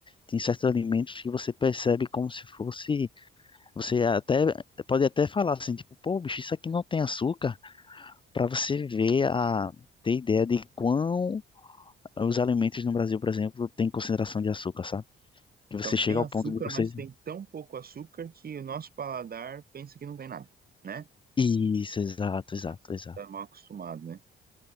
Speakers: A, on the left; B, on the right.
A: tem certos alimentos que você percebe como se fosse, você até pode até falar assim, tipo, pô, bicho, isso aqui não tem açúcar, para você ver a ter ideia de quão os alimentos no Brasil, por exemplo, têm concentração de açúcar, sabe? Que
B: Então
A: você chega
B: tem
A: ao
B: açúcar,
A: ponto de você
B: mas tem tão pouco açúcar que o nosso paladar pensa que não tem nada, né?
A: Isso, exato, exato,
B: Nossa,
A: exato.
B: tá mal acostumado, né?